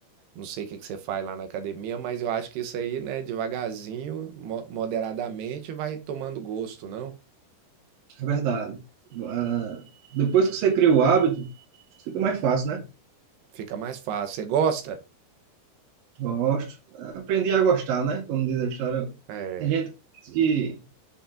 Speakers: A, on the right; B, on the right.
A: Não sei o que que você faz lá na academia, mas eu acho que isso aí, né, devagarzinho, mo- moderadamente, vai tomando gosto, não?
B: É verdade. Ah, depois que você cria o hábito, fica mais fácil, né?
A: Fica mais fácil. Você gosta?
B: Gosto. Aprendi a gostar, né? Como diz a história.
A: É,
B: Tem gente que